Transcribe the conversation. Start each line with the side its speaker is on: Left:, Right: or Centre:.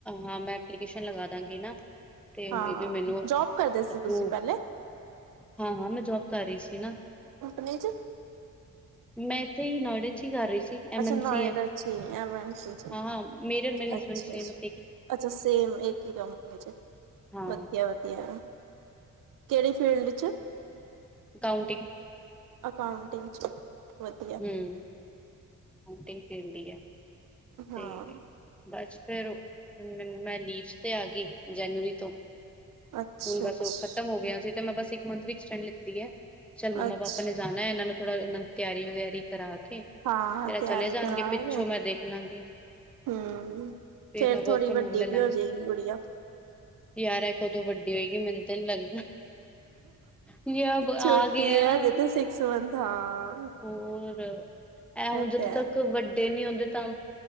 Centre: ਹਾਂ ਮੈਂ ਐਪਲੀਕੇਸ਼ਨ ਲਗਾ ਦਾਂਗੀ ਨਾ ਤੇ
Right: ਹਾਂ
Centre: ਮੇਬੀ ਮੈਨੂੰ
Right: ਜੋਬ ਕਰਦੇ ਸੀ
Centre: ਅਪਰੂਵ
Right: ਤੁਸੀਂ ਪਹਿਲੇ
Centre: ਹਾਂ ਹਾਂ ਮੈਂ ਜੋਬ ਕਰ ਰਹੀ ਸੀ ਨਾ
Right: ਨੀ ਜ
Centre: ਮੈਂ ਇੱਥੇ ਹੀ ਨੋਇਡੇ ਚ ਹੀ ਕਰ ਰਹੀ ਸੀ
Right: ਅੱਛਾ
Centre: ਮ
Right: ਨੋਇਡਾ
Centre: ਸੀ ਹੈ
Right: 'ਚ ਈ ਐਮ ਐਨ ਸੀ 'ਚ ਹੀ।
Centre: ਹਾਂਜੀਮੇਰੇ ਔ ਮੇਰੇ ਹਸਬੈਂਡ
Right: ਅੱਛਾ ਅੱਛਾ
Centre: ਮਸ
Right: ਅੱਛਾ ਸੇਮ ਇੱਕ ਹੀ ਕੰਪਨੀ ਚ
Centre: ਹਾਂ
Right: ਵਧੀਆ ਵਧੀਆ ਕਿਹੜੀ ਫੀਲਡ '
Centre: ਕਾਊਂਟੀਿੰਗ
Right: ਅਕਾਊਂਟਿੰਗ ਚ ਵਧੀਆ
Centre: ਹਮ ਪੇਂਟਿੰਗ ਫੀਲਡ ਹੀ ਆ
Right: ਹਾਂ
Centre: ਤੇ ਬਸ ਫੇਿਰ ਮੈਂ ਲੀਵਸ ਤੇ ਆ ਗਈ ਜਨਵਰੀ ਤੋਂ
Right: ਅੱਛਾ
Centre: ਹੁਣ ਬਸ
Right: ਅੱਛਾ
Centre: ਉਹ ਖ਼ਤਮ ਹੋ ਗਿਆ ਸੀ ਤੇ ਮੈਂ ਬਸ ਇੱਕ ਮੰਥ ਵੀਕਸਟੈਂਡ ਲਿੱਤੀ ਹੈ ਚੱਲ ਮੰਮਾ
Right: ਅੱਛਾ
Centre: ਪਾਪਾ ਨੇ ਜਾਣਾ ਇਹਨਾਂ ਨੂੰ ਥੋੜਾ ਇਹਨਾਂ ਨੂੰ ਤਿਆਰੀ ਵਗੈਰੀ ਕਰਾ ਕੇ ਤੇਰਾ
Right: ਹਾਂ ਤਿਆਰੀ
Centre: ਚਲੇ ਜਾਣਗੇ
Right: ਕਰਾ
Centre: ਪਿੱਛੋਂ
Right: ਗੇ
Centre: ਮੈਂ ਦੇਖ ਲਾਂਗੀ
Right: ਹੂੰ
Centre: ਫਿਰ
Right: ਫੇਰ
Centre: ਮੈਂ ਵਰਕ
Right: ਥੋੜ੍ਹੀ
Centre: ਫਰੋਮ
Right: ਵੱਡੀ
Centre: ਹੋਮ ਲੈ
Right: ਵੀ
Centre: ਲਾਂਗੀ
Right: ਹੋ ਜਾਏਗੀ ਗੁੜੀਆ
Centre: ਯਾਰਾਂ ਕਦੋਂ ਵੱਡੀ ਹੋਏਗੀ ਮੈਨੂੰ ਤਾਂ ਨੀ ਲੱਗਦਾ ਯੇ ਅਬ ਆ
Right: ਛੋਟੀ
Centre: ਗਏ ਹੈ
Right: ਆ
Centre: ਨਾ
Right: ਜਿੱਥੇ ਸਿਕਸ ਮੰਥ ਹਾਂ
Centre: ਹੋਰ ਇਹ ਹੁਣ
Right: ਇਹ
Centre: ਜਦੋਂ
Right: ਤੇ ਹੈ
Centre: ਤੱਕ ਵੱਡੇ ਨੀ ਆਉਂਦੇ ਤਾਂ